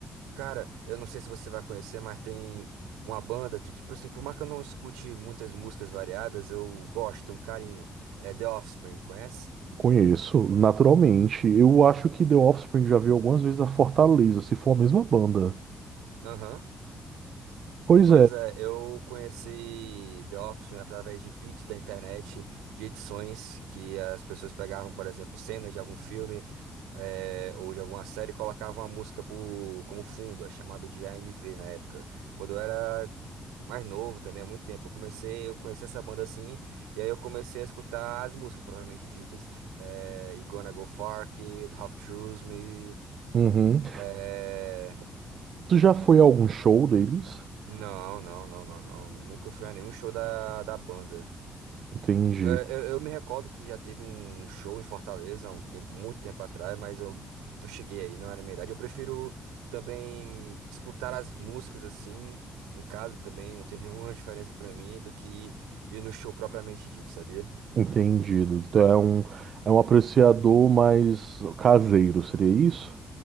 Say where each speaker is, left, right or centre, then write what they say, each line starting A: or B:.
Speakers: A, on the right; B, on the right.
A: Cara, eu não sei se você vai conhecer, mas tem uma banda que, tipo assim, por mais que eu não escute muitas músicas variadas, eu gosto, tenho um carinho. É The Offspring, conhece?
B: Conheço, naturalmente. Eu acho que The Offspring já veio algumas vezes a Fortaleza, se for a mesma banda.
A: Aham.
B: Pois
A: Pois
B: é.
A: é, eu conheci The Office através de vídeos da internet, de edições que as pessoas pegavam, por exemplo, cenas de algum filme eh, ou de alguma série e colocavam a música por, como fundo, é chamado de AMV na época. Quando eu era mais novo também, há muito tempo, eu comecei, eu conheci essa banda assim, e aí eu comecei a escutar as músicas propriamente ditas. Eh, You Gonna Go Far, Kid, Half Truth Me,
B: Uhum.
A: eh,
B: Tu já foi a algum show deles?
A: Não, não, não, não, não. Nunca fui a nenhum show da, da banda.
B: Entendi.
A: É, Eu, eu me recordo que já teve um show em Fortaleza, há um tempo, muito tempo atrás, mas eu não cheguei aí, não era a minha idade. Eu prefiro também escutar as músicas assim, em casa também, não tem <laughs> nenhuma diferença pra mim do que ir no show propriamente dito, sabia?
B: Entendido. Então é um, é um apreciador mais caseiro, seria isso?